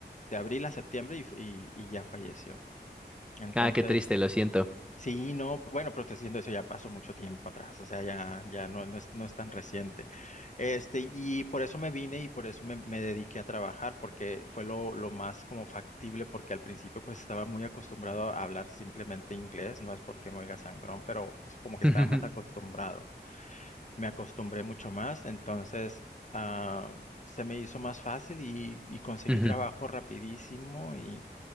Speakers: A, on the left; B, in the centre.
A: de abril a septiembre y, f- y- y ya falleció. Entonces,
B: ah, qué triste, lo siento.
A: sí, no, bueno, pero te estoy diciendo eso ya pasó mucho tiempo atrás, o sea, ya, ya no, no es, no es tan reciente. Este, y por eso me vine y por eso me, me dediqué a trabajar, porque fue lo, lo más como factible, porque al principio pues estaba muy acostumbrado a hablar simplemente inglés, no es porque me oiga sangrón, pero pues como que
B: <laughs>
A: estaba más acostumbrado me acostumbré mucho más, entonces ah, se me hizo más fácil y, y conseguí
B: Ujú, ujú,
A: trabajo rapidísimo y,